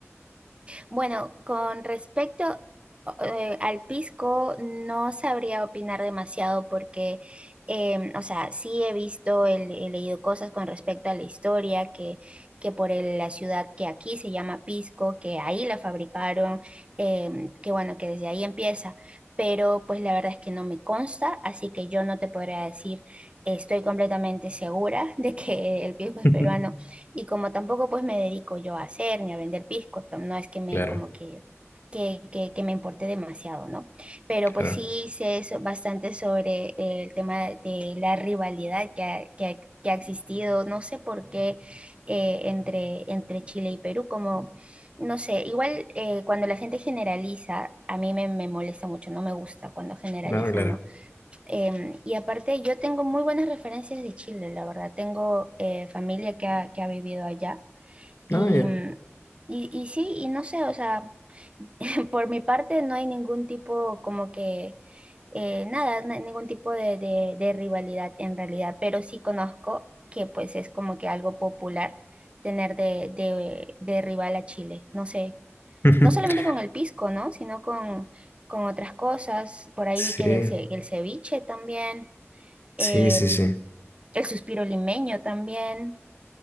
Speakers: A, on the right; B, on the left.
A: Bueno, con respecto eh, al pisco, no sabría opinar demasiado porque, em, o sea, sí he visto, el- he leído cosas con respecto a la historia, que, que por el- la ciudad que aquí se llama Pisco, que ahí la fabricaron, em, que bueno, que desde ahí empieza. Pero pues la verdad es que no me consta, así que yo no te podría decir, estoy completamente segura de que el pisco es
B: <laughs>
A: peruano y como tampoco pues me dedico yo a hacer ni a vender pisco, tam- no es que me
B: Claro,
A: como que, que, que, que me importe demasiado, ¿no? Pero
B: claro,
A: pues sí sé so- bastante sobre el tema de la rivalidad que ha, que ha- que ha existido, no sé por qué, eh, entre, entre Chile y Perú, como, no sé, igual eh, cuando la gente generaliza, a mí me, me molesta mucho, no me gusta cuando generalizan,
B: no, claro,
A: ¿no? Em, y aparte, yo tengo muy buenas referencias de Chile, la verdad. Tengo eh, familia que ha, que ha vivido allá. Y,
B: no, ya.
A: mm, y, y sí, y no sé, o sea, <laughs> por mi parte no hay ningún tipo como que, eh, nada, no hay ningún tipo de, de, de rivalidad en realidad, pero sí conozco que pues es como que algo popular tener de, de, de rival a Chile. No sé,
B: <laughs>
A: no solamente con el pisco, ¿no? Sino con, con otras cosas. Por ahí
B: Sí,
A: vi que del, ce- el ceviche también em,
B: sí, sí, sí.
A: el suspiro limeño también,